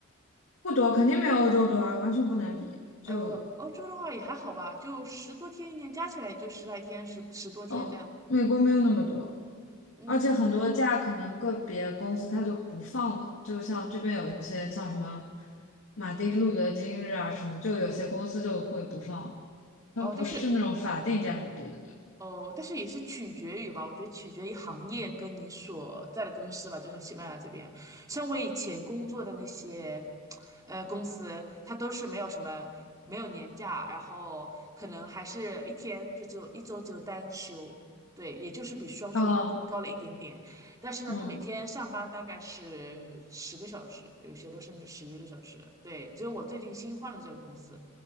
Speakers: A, on the left; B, on the right.
A: 不多，肯定没有欧洲多啊，完全不能比。就
B: 呃，欧洲的话也还好吧，就十多天，一年加起来也就十来天，十十多天这样。
A: 哦，美国没有那么多。
B: 嗯，
A: 而且很多假可能个别公司它就不放的，就像这边有一些像什么马丁路德金日啊什么，就有些公司就会不放，它不是那种法定假日，
B: 哦，但是
A: 对对对。
B: 哦，但是也是取决于吧，我觉得取决于行业跟你所在的公司吧。就像西班牙这边，像我以前工作的那些，呃，公司，它都是没有什么没有年假，然后可能还是一天就只有一周只有单休，对，也就是比双休的工资高了一点点。
A: 哦，
B: 但是呢，
A: 嗯，
B: 他每天上班大概是十个小时，有些都甚至十一个小时。对，只有我最近新换的这个公司，